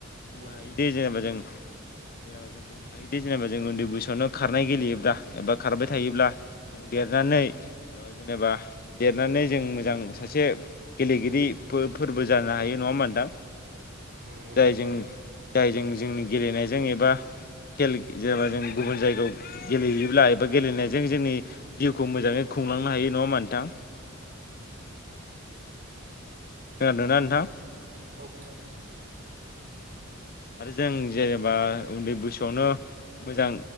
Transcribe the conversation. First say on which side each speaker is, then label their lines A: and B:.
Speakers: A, on the left; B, on the right.
A: बुंनो
B: औ
A: हायोदिे जेनेबा जों जेनेबा जों बुंनो हायोदि जेनेबा जों उन्दै बैसोआवनो खारनाय गेलेयोब्ला एबा खारबाय थायोब्ला जों देरनानै ओ जेनेबा देरनानै जों मोजां सासे गेलेगिरि फोरबो जानो हायो नङा होमबा नोंथां
B: औ नंगौ
A: जायजों
B: नोंथां औ
A: जायजों जोंनि गेलेनायजों एबा खेल जेनेबा जों गुबुन जायगायाव गेलेहैयोब्ला एबा गेलेनायजों जोंनि जिउखौ मोजां
B: औ
A: खुंलांनो हायो नङा होमबा नोंथां खोनादोंना नोंथां
B: औ खोनादों नोंथां
A: आरो जों जेनेबा उन्दै बैसो आवनो मोजां